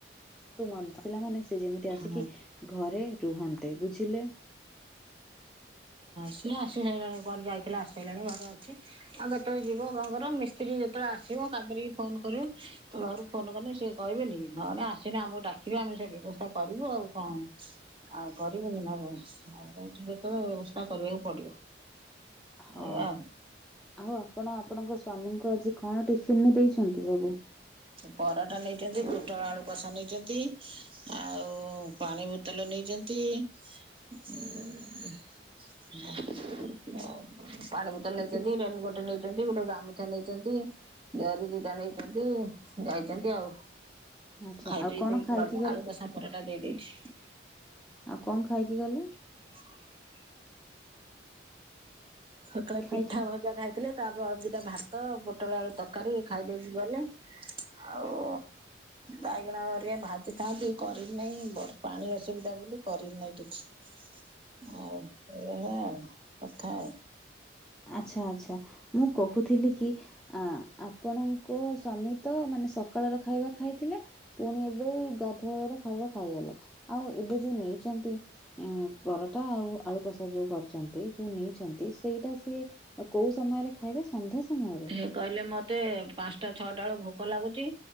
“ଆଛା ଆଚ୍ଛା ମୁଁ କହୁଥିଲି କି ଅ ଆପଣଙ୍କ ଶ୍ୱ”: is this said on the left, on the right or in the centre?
Centre